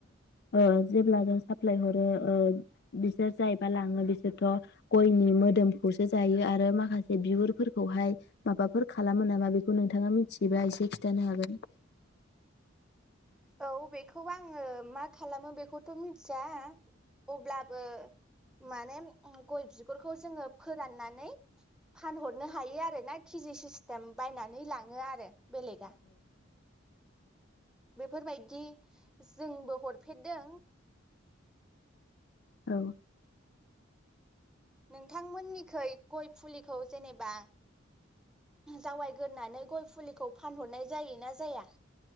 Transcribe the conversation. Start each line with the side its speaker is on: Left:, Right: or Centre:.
Left: ओ जेब्ला जों साप्लाय हरो ओ बिसोर जायबा लाङो बिसोरथ' गयनि मोदोमखौसो जायो आरो माखासे बे बिगुरफोरखौहाय माबाफोर खालामो नामा? बेखौ नोंथाङा मिथियोबा एसे खिन्थानो हागोन।
Centre: औ बेखौ आङो मा खालामो बेखौथ' मिथिया अब्लाबो माने गय बिगुरखौ जोङो फोराननानै फानहरनो हायो आर ना केजि सिस्टेम बायनानै लाङो आरो। बेलेगा बेफोरबायदि जोंबो हरफेरदों-
Left: औ।
Centre: नोंथांमोननिखै गय फुलिखौ जेनेबा जावायगोरनानै गय फुलिखौ फानहरनाय जायो ना जाया?